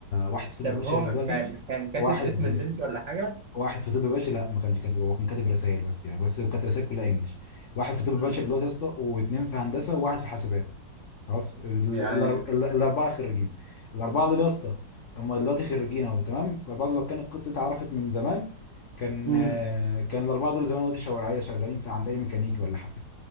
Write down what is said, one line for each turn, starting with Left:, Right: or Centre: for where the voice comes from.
Left: واحد في طب
Right: طب
Left: بشري
Right: هو
Left: دلوقتي
Right: ما ما- كان كاتب
Left: واحد
Right: اسم البنت ولا حاجه
Left: واحد في طب بشري لا ما كانش كاتب هو كان كاتب رسائل بس يعني بس كانت رسائل كلها انجلش واحد في طب
Right: مم.
Left: بشري دلوقتي يا اسطى واثنين في هندسه وواحد في حاسبات خلاص ال-
Right: يعني
Left: ال- ال- الاربعه خريجين الاربعه دول يا اسطى هم دلوقتي خريجين اهو تمام الاربعه دول لو كانت القصه اتعرفت من زمان كان
Right: مم.
Left: آه، كان الاربعه دول زمان دلوقتي شوارعيه شغالين في عند اي ميكانيكي ولا حاجه